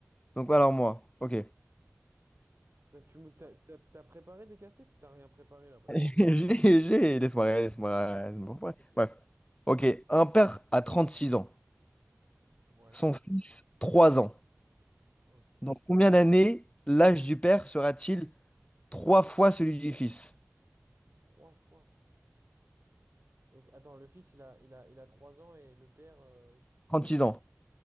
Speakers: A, on the left; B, on the right.
A: Donc alors moi, ok.
B: T'as, tu me- t'as, t'as- t'as préparé des casse-têtes ou t'as rien préparé là? Parce
A: <laughs>
B: que.
A: J'ai, j'ai- laisse-moi, laisse-moi, laisse-moi. ouais.
B: Ok.
A: Bref. Ok, un père a 36 ans,
B: Ouais.
A: son fils 3 ans.
B: Ok.
A: Dans combien d'années l'âge du père sera-t-il 3 fois celui du fils?
B: Trois fois. Donc, attends, le fils, il a, il a, il a 3 ans et le père, euh,
A: 36 ans.